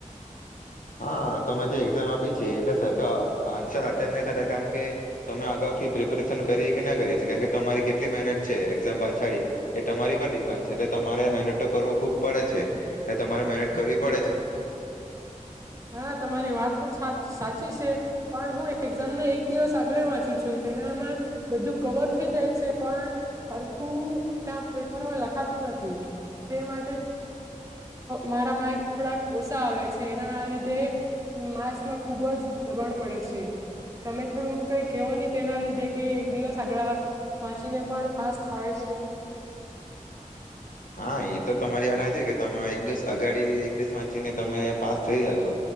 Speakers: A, on the left; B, on the right.
A: હા તમે જે એક્ઝામ આપી છે, એટલે સરખ આન્સર અટેન્ડ નહી થતા કારમ કે તમે અગાઉથી પ્રિપેરેશન કરી કે ના કરી છે, કારમકે તમારી કેટલી મહેનત છે એક્ઝામ પાછડી એ તમારી પર ડિપાન્ડ છે, એટલે તમારે મહેનત તો કરવું ખુબ પડે છે, એ તમારે મહેનત કરવી પડે છે.
B: હા તમારી વાત તો સાચી છે, પણ હું એક્ઝામ ના એક દિવસ આગલે વાંચું છું તેનામાં બધું કવર થઈ જાય છે, પણ સરખું ત્યાં પેપરમાં લખાતું નથી, તે માટે મારા માર્ક થોડાક ઓછા આવે છે એના તે માર્ક્સમાં ખુબ જ દબાણ પડે છે. તમે થોડું કઈ કેવો ની તેના લીધે કે એક દિવસ આગળ વાંચીને પણ પાસ થવાય છે.
A: હા એ તો તમારી વાર હ છે કે તમે એક દિવસ અગાડી એક દિવસ વાંચીને તમે પાસ થઈ જા છો